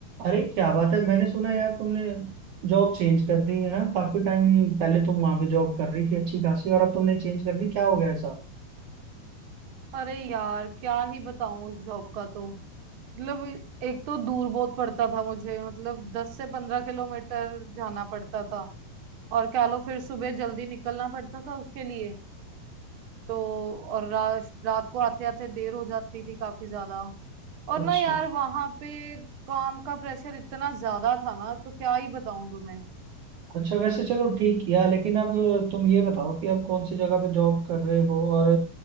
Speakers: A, on the right (about 60°); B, on the right (about 40°).
A: अरे क्या बात है मैंने सुना यार तुमने जॉब चेंज कर दी है ना काफी टाइम पहले तुम वहां पे जॉब कर रही थी अच्छी खासी और अब तुमने चेंज कर दी क्या हो गया ऐसा
B: अरे यार क्या ही बताऊं उस जॉब का तो मतलब एक तो दूर बहुत पड़ता था मुझे मतलब दस से पंद्रह किलोमीटर जाना पड़ता था और कह लो फिर सुबह जल्दी निकलना पड़ता था उसके लिए तो और रा, रात को आते आते देर हो जाती थी काफी ज्यादा और
A: अच्छा
B: ना यार वहां पे काम का प्रेशर इतना ज्यादा था ना तो क्या ही बताऊं तुम्हें
A: अच्छा वैसे चलो ठीक किया लेकिन अब तुम ये बताओ कि अब कौन सी जगह पे जॉब कर रहे हो और